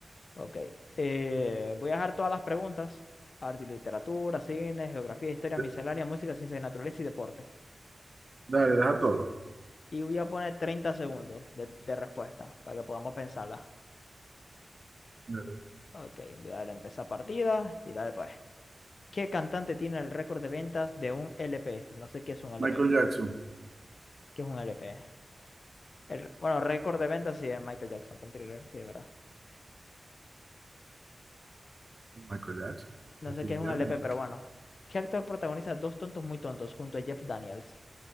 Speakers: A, on the left; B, on the right.
A: Ok. Eh, voy a dejar todas las preguntas. Arte y literatura, cine, geografía, historia,
B: De-
A: miscelánea, música, ciencia y naturaleza y deporte.
B: Dale, deja todo.
A: Y voy a poner 30 segundos de, de respuesta para que podamos pensarla.
B: Dale, dale.
A: Ok, voy a darle a empezar partida y darle pues. ¿Qué cantante tiene el récord de ventas de un LP? No sé qué es un LP,
B: Michael
A: pero
B: Jackson.
A: bueno, ¿qué es un LP? El, bueno, récord de ventas sí es Michael Jackson con Thriller, sí, es verdad.
B: Y Michael Jackson,
A: No
B: definitivamente.
A: sé qué es un LP, pero bueno. ¿Qué actor protagoniza Dos tontos muy tontos junto a Jeff Daniels?